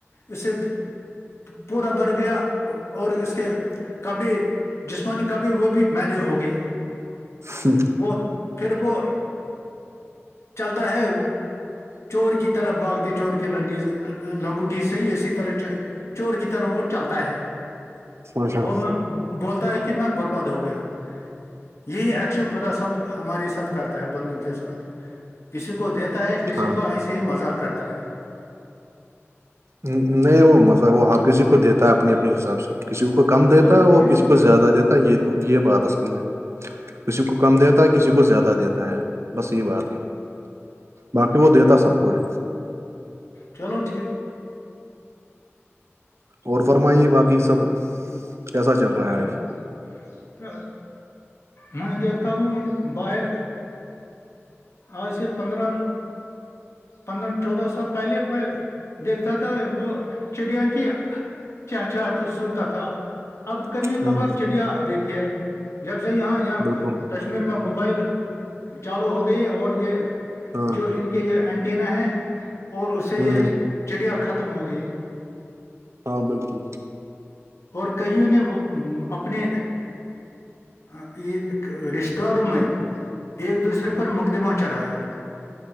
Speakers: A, on the left; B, on the right.
A: اسے پورا بڑھ گیا اور اس کے کبڑے جسمانی کبڑے وہ بھی میلے ہوگئے
B: ہوں
A: وہ پھر وہ چلتا ہے چور کی طرف بھگتے چور کے لڈی لنگ صی اسی طرح چور کی طرح وہ چلتا ہے
B: اچھا
A: وہ میں بولتا ہے کہ میں برباد ہو گیا ہوں یہی اکشر خدا صاب ہمارے ساتھ کرتا ہے بندو کے ساتھ کسی کو دیتا ہے کسی
B: ہاں
A: کو ایسے ہی مذاق کرتا ہے
B: نہیں وہ مزہ وہ ہر کسی کو دیتا ہے اپنے اپنے حساب سے کسی کو کم دیتا
A: چلو
B: ہے اور
A: ٹھیک
B: کسی کو زیادہ دیتا ہے یہ تو یہ بات اصلی ہے کسی کو کم دیتا ہے کسی کو زیادہ دیتا ہے بس یہی بات ہے باقی وہ دیتا سب کو ہے
A: چلو ٹھیک
B: اور فرمائیے باقی سب کیسا رہا
A: چل
B: ہے آج
A: تو میں دیکھتا ہوں باہر آج سے پندرہ پندرہ چودہ سال پہلے میں دیکھتا تھا وہ چڑیاں کی چہ چاہ سنتا تھا اب کبھی
B: ہوں
A: کبھار چڑیا دیکھتے ہے جب سے یہاں یہ
B: بالکل
A: کشمیر میں موبائل چالو ہو گئی اور یہ
B: ہاں
A: جو ان کے یہ اینٹینا ہے اور اس سے
B: ہوں
A: یہ
B: ہوں
A: چڑیا ختم ہو گئی
B: ہاں بالکل
A: اور کئیوں نے اپنے ہاں یہ رشتے داروں میں ایک دوسرے پر مقدمہ چڑھایا